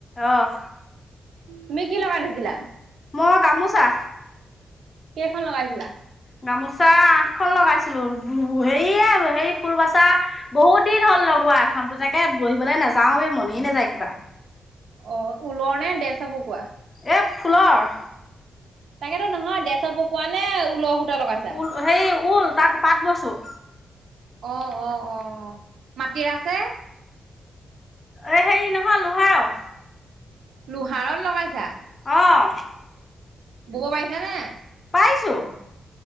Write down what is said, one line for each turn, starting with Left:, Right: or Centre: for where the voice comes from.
Left: অহ
Right: তুমি কি লগাই থৈছিলা?
Left: মই গামোচা।
Right: কেইখন লগাইছিলা?
Left: গামোচা আঠখন লগাইছিলো। হেৰিয়ে হেৰি ফুল বাচা বহুত দিন হল। লগোৱা এখনতো তাকে বহিবলৈ নাযাওঁৱে, মনেই নাযায় কিবা।
Right: অ' ঊলৰ নে দেচা পকোৱা?
Left: এ ফুলৰ।
Right: তাকেতো নহয় ডেছৰ পকোৱা নে ঊলৰ সূতা লগাইছা?
Left: ঊল হেৰি ঊল তাত পাত বইছোঁ।
Right: অ' অ' অ' মাটিৰে আছে?
Left: এ হেৰি নহয় লোহাৰৰ।
Right: লোহাৰত লগাইছা?
Left: অ'।
Right: বব পাৰিছা নে?
Left: পাইছো।